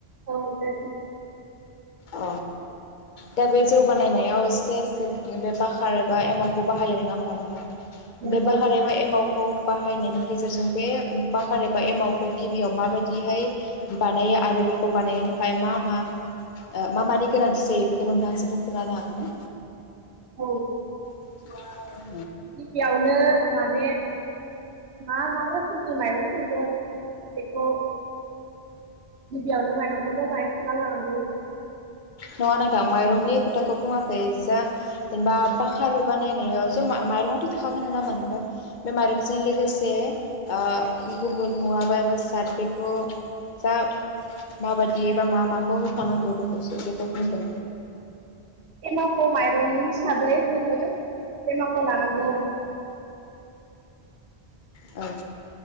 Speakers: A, on the right; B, on the left.
A: औ दे।
B: अ दा बे जौ बानायनायाव एसे जों बे बखार एबा एमावखौ बाहायो नङा होमबा नोंथां?
A: नंगौ
B: बे बाहार एमाव खौ बाहायनायनि गेजेरजों बे बाखार एबा एमावखौ गिबियाव माबायदिहाय बानायो आरो बेखौ बानायनो थाखाय मा मा मा मानि गोनांथि जायो बेखौ नोंथाङा एसे बुंफोरना होनो हागोन ना?
A: औ।
B: <inaudible>
A: गिबियावनो माने मा मा रोखोमनि माइरं संगोन बेखौ गिबियावनो माइरंखौ मोजाङै सुना लानांगौ।
B: नङा नोंथां माइरंनि खोथाखौ बुङाखै जा जेनेबा बाखार बानायनायाव जा माइरंआथ' थाखागोन नङा होमा नोंथां? बे माइरंजों लोगोसे ओ गुबुन मुवा बा एबा बेसाद बेखौ जा माबायदि एबा मा माखौ होफानांगौ बेखौसो। बिदिखौ बुंदों।
A: एमावखौ माइरंनि हिसाबै जोङो एमावखौ लानांगौ।
B: औ